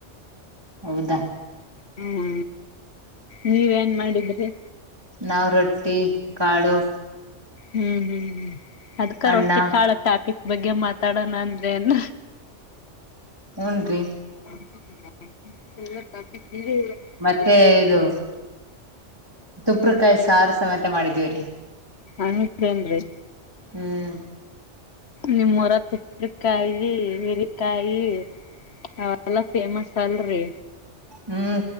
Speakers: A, on the right; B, on the left.
A: ಹೌದಾ.
B: ಹ್ಮ್ಮ ನೀವೇನ್ ಮಾಡಿದ್ರಿ.
A: ನಾವು ರೊಟ್ಟಿ ಕಾಳು.
B: ಹ್ಮ್ ಹ್ಮ್ ಅದ್ಕ
A: ಅಣ್ಣ
B: ರೊಟ್ಟಿ ಕಾಳ ಟಾಪಿಕ್ ಬಗ್ಗೆ ಮಾತಾಡಣ ಅಂದ್ರ ಏನ್.
A: ಹುನ್ರಿ.
B: <unintelligible>
A: ಮತ್ತೆ ಇದು ತುಪ್ಪ್ರಕಾಯಿ ಸಾರಸಮೇತ ಮಾಡಿದೀವರಿ.
B: ಅನ್ನಕ್ಕ ಏನ್ರಿ.
A: ಹ್ಮ್.
B: ನಿಮ್ಮೂರಾಗ ತುಪ್ಪರಿಕಾಯಿ ಹಿರಿಕಾಯಿ. ಅವೆಲ್ಲ ಫೇಮಸ್ ಅಲ್ರಿ
A: ಹ್ಮ್